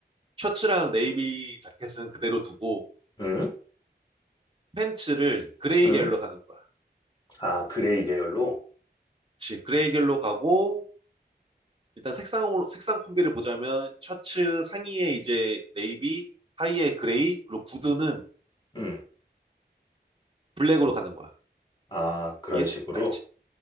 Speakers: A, on the right; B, on the left.
A: 셔츠랑 네이비 자켓은 그대로 두고
B: 음,
A: 팬츠를 그레이
B: 음,
A: 계열로 가는 거야.
B: 아, 그레이 계열로,
A: 그치. 그레이 계열로 가고 일단 색상으로 색상 콤비를 보자면 셔츠 상의에 이제 네이비, 하의에 그레이, 그리고 구두는
B: 음,
A: 블랙으로 가는 거야.
B: 아, 그런
A: 이게
B: 식으로,
A: 딱 지-